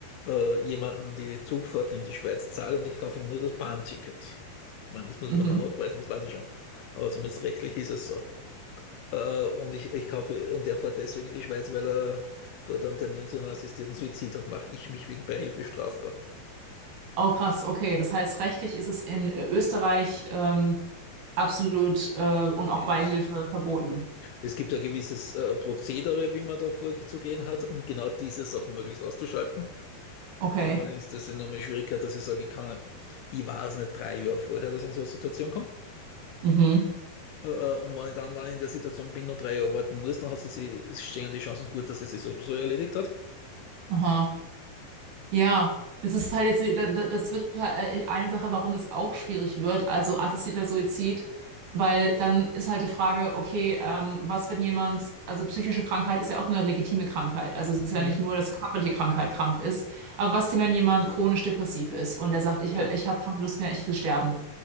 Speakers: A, on the left; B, on the right.
A: äh, jemanden die Zugfahrt in die Schweiz zahle und ich kaufe ihm nur das Bahnticket. Ich meine, das muss
B: mhm.
A: man mal nachweisen, das weiß ich schon. Aber zumindest rechtlich ist es so. Äh, und ich, ich kaufe, und er fährt deswegen in die Schweiz, weil er dort einen Termin zu einem assistierten Suizid hat, mache ich mich wegen Beihilfe strafbar.
B: Oh krass, okay. Das heißt, rechtlich ist es in äh, Österreich ähm, absolut äh, und auch
A: Ist.
B: Beihilfe verboten.
A: Es gibt ja gewisses äh, Prozedere, wie man da vorzugehen hat, um genau diese Sachen möglichst auszuschalten.
B: Okay.
A: Die haben allerdings das enorme Schwierigkeit, dass ich sage, ich kann, ich weiß nicht drei Jahre vorher, dass ich in so eine Situation komme.
B: Mhm.
A: Äh, äh, Und wenn ich dann, wenn ich in der Situation bin, noch drei Jahre warten muss, dann hat sie sie, es stehen die Chancen gut, dass sie sich so, so erledigt hat.
B: Aha. Ja, das ist halt jetzt, da- da- das wird halt äh, eine Sache, warum das auch schwierig wird, also assistierter Suizid, weil dann ist halt die Frage, okay, ähm, was, wenn jemand, also psychische Krankheit ist ja auch eine legitime Krankheit, also es ist
A: Mhm.
B: ja nicht nur, dass körperliche Krankheit krank ist, aber was, denn, wenn jemand chronisch depressiv ist und der sagt, ich,
A: Ja,
B: ich habe keine Lust mehr, ich will sterben,